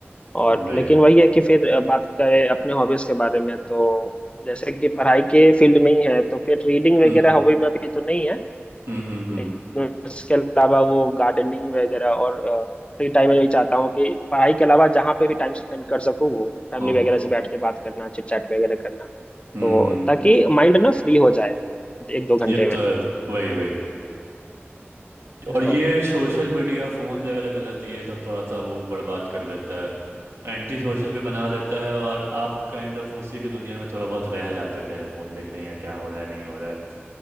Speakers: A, on the left; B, on the right.
A: और
B: वही
A: लेकिन वही है कि फिर अ, बात करें अपने हॉबीज के बारे में तो जैसे कि पढ़ाई के फील्ड में ही है तो फिर रीडिंग वगैरह
B: हम्म
A: हॉबी में भी तो नहीं है
B: हम्म हम्म हम्म
A: लेकिन उसके अलावा वो गार्डनिंग वगैरह और फ्री टाइम में यही चाहता हूँ कि पढ़ाई के अलावा जहाँ पे भी टाइम स्पेंड कर सकूँ वो फैमिली
B: हाँ,
A: वगैरह से बैठ के बात करना चिट चैट वगैरह करना
B: हम्म
A: तो
B: हम्म
A: ताकि
B: हम्म
A: माइंड ना फ्री हो जाए एक दो घंटे
B: ये
A: में
B: तो है वही वही और ये
A: हाँ
B: सोशल मीडिया फोन वगैरह का लत ये सब थोड़ा सा वो बर्बाद कर देता है एंटी सोशल भी बना देता है और आप काइंड ऑफ उसी की दुनिया में थोड़ा बहुत रह जाते हो क्या रहे फोन देख रहे हैं क्या हो रहा है नहीं हो रहा है